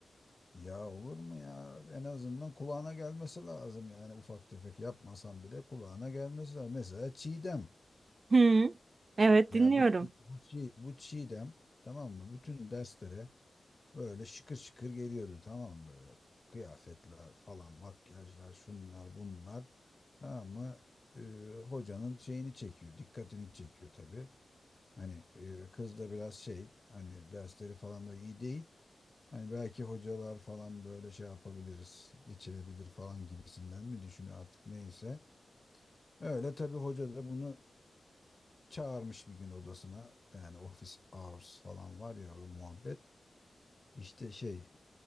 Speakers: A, on the left; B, on the right.
A: ya olur mu ya? En azından kulağına gelmesi lazım yani ufak tefek yapmasan bile kulağına gelmesi lazım. Mesela Çiğdem.
B: <laughs> Hı. Evet
A: Ya
B: dinliyorum.
A: bu Çi- bu Çi- bu Çiğdem tamam mı? Bütün derslere böyle şıkır şıkır geliyordu tamam mı böyle? Kıyafetler falan, makyajlar, şunlar, bunlar. Tamam mı? Ee, hocanın şeyini çekiyor, dikkatini çekiyor tabii. Hani e, kız da biraz şey hani dersleri falan da iyi değil. Hani belki hocalar falan böyle şey yapabiliriz, geçirebilir falan gibisinden mi düşünüyor artık neyse. Öyle tabii hoca da bunu çağırmış bir gün odasına. Yani office hours falan var ya o muhabbet. İşte şey